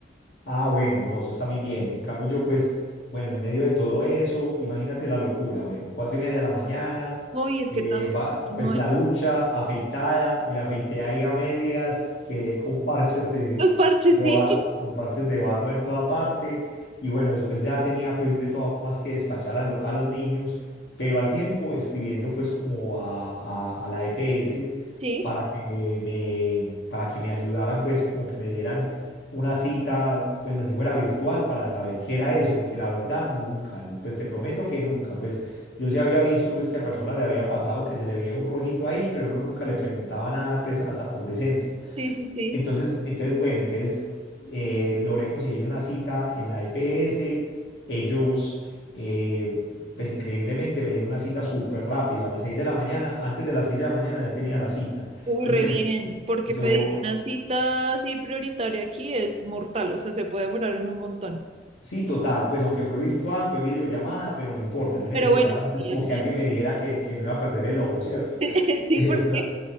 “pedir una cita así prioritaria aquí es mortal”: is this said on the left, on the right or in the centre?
Right